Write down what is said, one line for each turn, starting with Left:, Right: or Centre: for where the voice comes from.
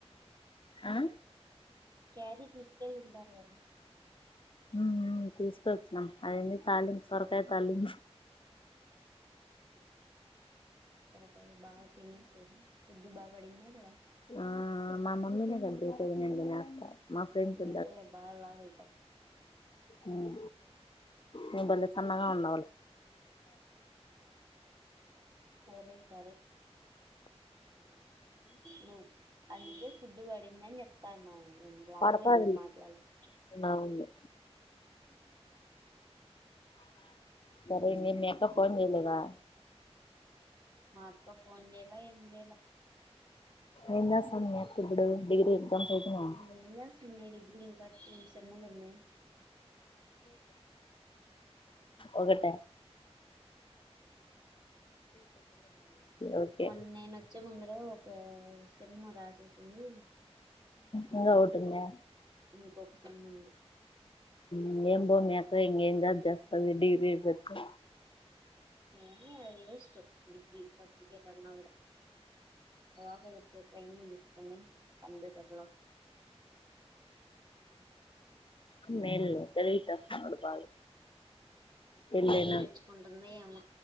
Left: ఆ
Right: క్యారి తీసుకెళ్ళింద లేదా
Left: మ్మ్ మ్మ్ తీసుకొచ్చినాం అదేంది తాలిం సొరకాయ్ తాలిం
Right: అ సొరకాయ్ ఐతే బా తినేసేయండి ఫుడ్డు బాగడిగినావ్ గదా
Left: ఆ మా మమ్మీ నే గద్ జేసేది నేన్ దినేస్తా మా ఫ్రెండ్స్
Right: అందుకేలే
Left: <inaudible>
Right: బాగా లావు అయితావ్
Left: మ్మ్ నువ్ బలే సన్నగా వుండావ్లే
Right: సరే సరే నువ్వు అందుకే ఫుడ్డు వడిందన్ చెప్తానా మ్మ్ రావు
Left: పడతాది
Right: గురించి మాట్లాడ్లే
Left: అవును సరే మీర్ మీ అక్క ఫోన్ జెయ్ లేదా
Right: మా అక్క ఫోన్ చెయ్లా ఏం జే లేేలా
Left: ఏం జేస్తాంది మీ అక్కిబ్బుడు డిగ్రీ ఎగ్జామ్స్ అయిపోయినాయా
Right: ఇంగెం జేస్తం మే డిగ్రీ తర్టీన్ సేమ్ములున్నాయ్
Left: ఒకట ఓకే
Right: మొన్నేను వచ్చే ముందర ఒక సెమ్ము రాస్ చేసింది
Left: ఇంగ ఓటుంద్య
Right: ఇంకొక సెమ్ ఉంది
Left: ఊ ఏం బ్రో మీ అక్క ఇంగ ఏం జాబ్ చేస్తది డిగ్రీ అయిపోయినంక
Right: ఏంలే వేస్ట్ డిగ్రీ సర్టిఫికేట్ అన్నా కూడ మా పాప ఊరికే ట్రైనింగ్ కొన్ని కంప్యూటర్లో
Left: ఆమేలు తెలివితో <unintelligible> బాగా పెళ్ళైనాక
Right: ఇంక ఏం నేర్చుకుంటుందో ఏమో